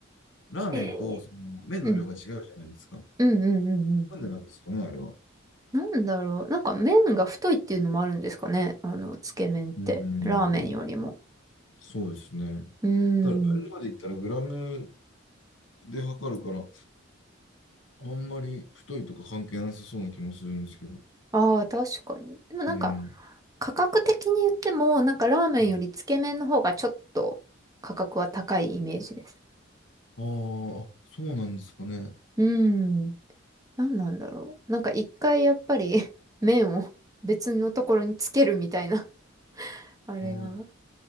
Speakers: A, on the left (about 65°); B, on the right (about 15°).
A: ラーメンとその麺の量が違うじゃないですか。
B: えーうん。うんうんうんうん。
A: なんでなんですかね、あれは。
B: なんだろう。なんか麺が太いっていうのもあるんですかね。あの、つけ麺って。
A: うん、
B: ラーメンよりも。
A: そうですね。
B: うー
A: ただ、今まで言ったらグラム
B: ん。
A: で測るから、あんまり太いとか関係なさそうな気もするんですけど。
B: ああ、確かに。でもなんか、
A: うん。
B: 価格的に言っても、なんかラーメンよりつけ麺の方がちょっと価格は高いイメージです。
A: はい、あーあ、そうなんですかね。
B: うーん。何なんだろう。なんか一回やっぱり <laughs> 麺を別のところにつけるみたいな。<laughs> あれが。
A: ああ、